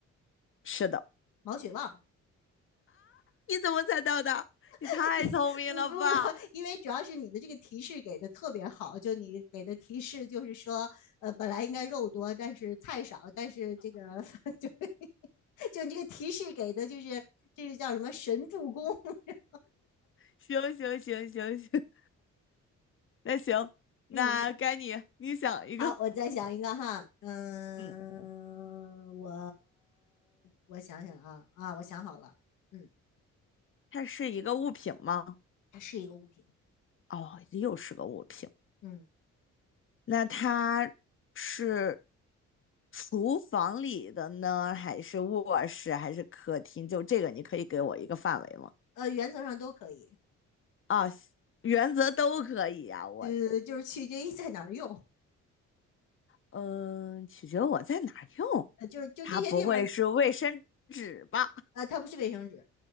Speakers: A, on the left (about 40°); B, on the left (about 80°).
A: 是的，
B: 毛血旺，
A: 你怎么猜到的？你太聪明了吧！
B: <laughs> 因嗯不，因为主要是你的这个提示给的特别好，就你给的提示就是说，呃，本来应该肉多，但是菜少，但是这个 <laughs> 就就你这个提示给的就是这是叫什么神助攻？<laughs>
A: 行行行行行行，<laughs> 那该你，
B: 嗯，
A: 你想一个。
B: 好，我再想一个哈，嗯，
A: 嗯，
B: 我我想想啊啊，我想好了，嗯，
A: 它是一个物品吗？
B: 它是一个物品，
A: 哦，又是个物品。
B: 嗯，
A: 那它是厨房里的呢，还是卧室，还是客厅？就这个，你可以给我一个范围吗？
B: 呃，原则上都可以。
A: 啊，原则都可以啊。我，
B: 呃，就是取决于 <laughs> 在哪儿用，
A: 嗯、取决我在哪儿用。
B: 呃，就是就这些地方，
A: 它不会是卫生纸吧？
B: 呃，它不是卫生纸，